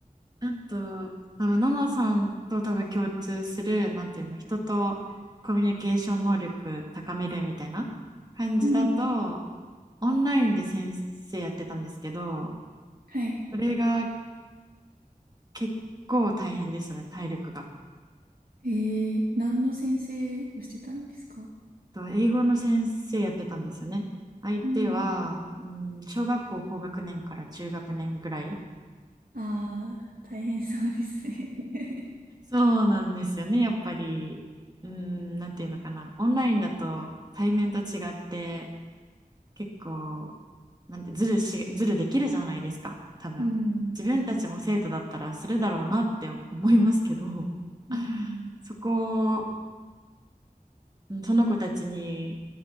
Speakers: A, on the right; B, on the right.
A: あと、多分、ナナさんと多分共通する、なんていうの、人とコミュニケーション能力高めるみたいな感じだと、
B: うん。
A: オンラインで先生やってたんですけど、
B: はい。
A: それが結構大変でしたね、体力が。
B: えー、何の先生をしてたんですか
A: と英語の先生やってたんですよね。相手は、
B: うん。
A: うん、小学校高学年から中学年ぐらい
B: ああ、大変そうですね。<laughs>
A: そうなんですよね。やっぱり、うーん、なんていうのかな。オンラインだと対面と違って、結構、なんて、ずるし、ずるできるじゃないですか。多分。
B: うん。
A: 自分たちも生徒だったらするだろうなって思いますけど、
B: うん。
A: <laughs> そこを、うんその子たちに